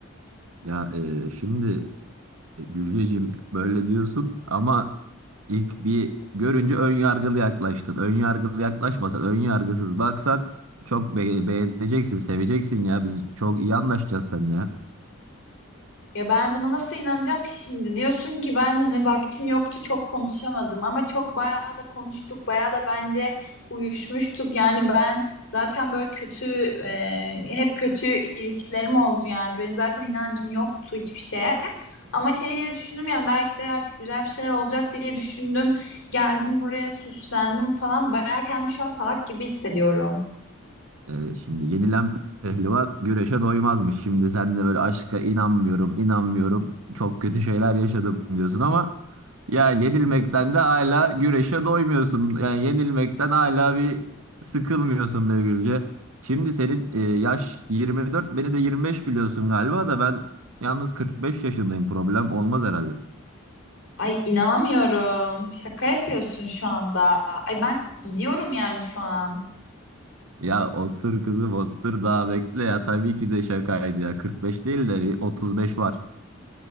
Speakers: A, on the right (about 80°); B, on the left (about 70°).
A: Ya e, şimdi e, Gülcecim böyle diyorsun ama ilk bir görünce ön yargılı yaklaştın. Ön yargılı yaklaşmasan, ön yargısız baksan çok be beğeneceksin, seveceksin ya. Biz çok iyi anlaşacağız seninle ya.
B: Ya ben buna nasıl inanacağım ki şimdi? Diyorsun ki ben hani vaktim yoktu çok konuşamadım ama çok bayağı da konuştuk bayağı da bence uyuşmuştuk yani ben zaten böyle kötü e, hep kötü ilişkilerim oldu yani benim zaten inancım yoktu hiçbir şeye ama şey diye düşündüm yani belki de artık güzel bir şeyler olacak diye düşündüm geldim buraya süslendim falan bayağı kendimi şu an salak gibi hissediyorum.
A: Ee, şimdi yenilen pehlivan güreşe doymazmış. Şimdi sen de böyle aşka inanmıyorum, inanmıyorum. Çok kötü şeyler yaşadım diyorsun ama yani yenilmekten de hala güreşe doymuyorsun. Yani yenilmekten hala bir sıkılmıyorsun be Gülce. Şimdi senin e, yaş 24, beni de 25 biliyorsun galiba da ben yalnız 45 yaşındayım. Problem olmaz herhalde.
B: Ay inanamıyorum. Şaka yapıyorsun şu anda. Ay ben gidiyorum yani şu an.
A: Ya otur kızım otur daha bekle ya tabii ki de şakaydı ya 45 değil de bir 35 var.